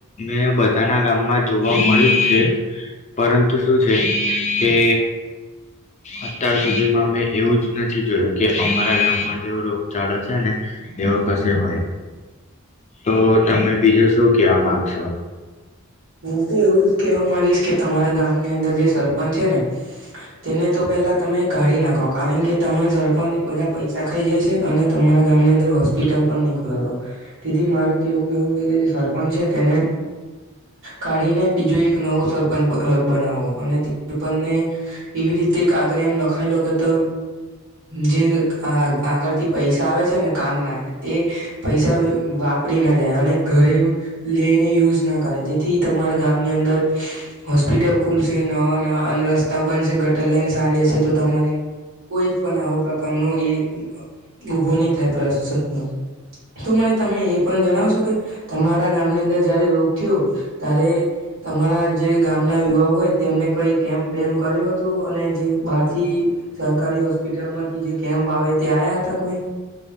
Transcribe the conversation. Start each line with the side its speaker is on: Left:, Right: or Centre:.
Left: મેં બ ધાના ગામમાં જોવા મળ્યું જ છે. પરંતુ શું છે કે અત્યાર સુધીમાં મેં એવું જ નથી જોયું કે અમારા ગામમાં જેવો રોગચાળો છે ને એઓ કશે હોય. તો તમે. બીજું શું કેવા માંગશો
Right: હું તો એવું જ કે. માગીશ કે તમારા ગામની અંદર જે સરપંચ છે ને તેને તો પેલા તમે કાઢી નાખો, કારણ કે તમારા સરપંચ બધા પૈસા ખાઈ જાય છે, અને તમારા ગામની અંદર હોસ્પિટલ પણ નહીં ખોલાતી, તેથી મારે તો એવું કેવું છે કે. સરપંચ છે તેને કાઢીને બીજો એક નવો સરપંચ બનાવો, અને સરપંચને. એવી રીતે કાગળ એમ લખાયલો કે તો. જે આગળ થી પૈસા આવે. ને કામ ના તે પૈસા વાપરી ના જાય અને. ગરીબ. લઈને યુઝ ના કરે, તેથી તમારા ગામની અંદર હોસ્પિટલ ખુલશે, નહીં, અને રસ્તા બનશે ગટર લાઈન સારી હશે તો તમારે કોઈ પણ આવો પ્રકારનો એ ઉભો નહી થાય પ્રેશર ન. તો મને તમે એ પણ જણાવશો કે. તમારા ગામની અંદર જયારે રોગ થયો ત્યારે. તમારા જે ગામના યુવાઓ હોય, તેમને કઈ કેમ્પ બેમ કર્યો હતું, અને જે બહારથી સરકારી હોસ્પિટલમાંથી જે કેમ્પ આવે તે આવ્યા હતા. કોઈ